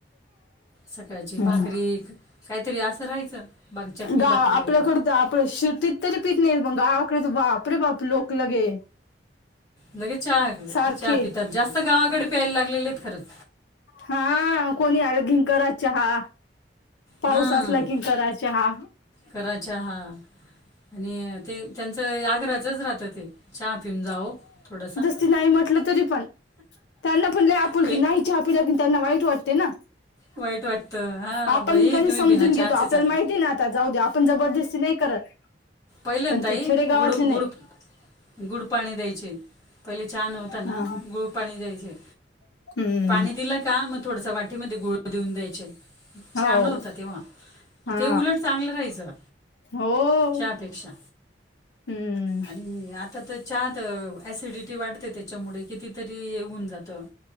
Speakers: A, on the left; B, on the left.
A: सकाळची
B: हम्म
A: भाकरी काहीतरी असं राहायचं. बाग चटणी
B: गा
A: भाकरी
B: आपल्याकड
A: वगैरे
B: आप शेतीत तरी पीत नाही, पण गावाकडे बापरे बाप लोक लगे
A: लगेच चहा,
B: सारखे
A: चहा पितात, जास्त गावाकडे प्यायला लागलेले आहेत खरंच.
B: हा,, कोणी आल की करा चहा. पाऊस
A: हा,,,
B: असला की करा चहा
A: करा चाहा. आणि,, ते त्यांचं, आग्रहाच राहतं ते, चहा पिऊन जावा थोडसा
B: किती नाही म्हटलं तरी पण,, त्यांना पण लय आपुल
A: एक
B: की,, नाही चहा पिला कि त्यांना वाईट वाटते ना.
A: वाईट वाटतं हां
B: आपण
A: बाई
B: पन
A: तुम्ही
B: समजून
A: बिना चहाचे
B: घेतो, आपल्याला
A: चालले
B: माहिती ना आता जाऊ द्या आपण जबरदस्ती नाही करत.
A: पहिलेंना
B: पण
A: ताई
B: ते खेडेगावातले
A: गुड
B: नाही
A: गुडप गुळ पाणी द्यायचे पहिले चहा नव्हता ना
B: हा
A: गुळ पाणी द्यायचे.
B: हम्म
A: पाणी दिलं का मग थोडस वाटीमध्ये गुळ देऊन द्यायचे. छान
B: हो
A: होता तेव्हा
B: हा
A: ते उलट चांगलं राहायचं.
B: हो
A: चहापेक्षा
B: हम्म
A: आणि आता तर चहात ॲसिडिटी वाढते त्या त्याच्यामुळे कितीतरी येऊन जातं.